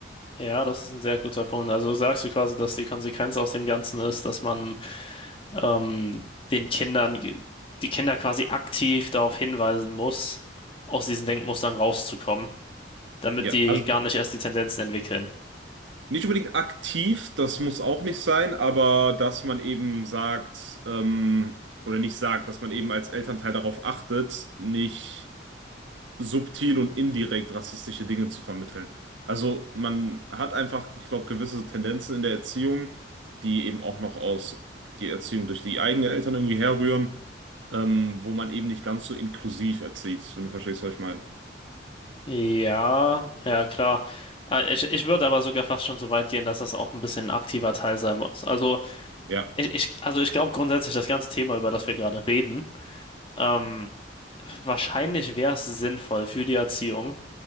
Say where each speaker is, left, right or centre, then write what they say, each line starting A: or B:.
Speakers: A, on the left; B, on the right.
A: Ja, das ist ein sehr guter Punkt. Also sagst du quasi, dass die Konsequenz aus dem Ganzen ist, dass man ähm, den Kindern, die Kinder quasi aktiv darauf hinweisen muss, aus diesen Denkmustern rauszukommen, damit
B: Ja,
A: die
B: also
A: gar nicht erst die Tendenzen entwickeln.
B: nicht unbedingt aktiv, das muss auch nicht sein, aber dass man eben sagt, ähm, oder nicht sagt, dass man eben als Elternteil darauf achtet, nicht subtil und indirekt rassistische Dinge zu vermitteln. Also man hat einfach, ich glaube, gewisse Tendenzen in der Erziehung, die eben auch noch aus die Erziehung durch die eigenen Eltern irgendwie herrühren ähm, wo man eben nicht ganz so inklusiv erzieht, wenn du verstehst, was ich meine.
A: Ja, ja, klar. Äh, Ich, ich würde aber sogar fast schon so weit gehen, dass das auch ein bisschen ein aktiver Teil sein muss. Also
B: Ja.
A: ich, ich, also ich glaube grundsätzlich, das ganze Thema, über das wir gerade reden, ähm, wahrscheinlich wäre es sinnvoll für die Erziehung,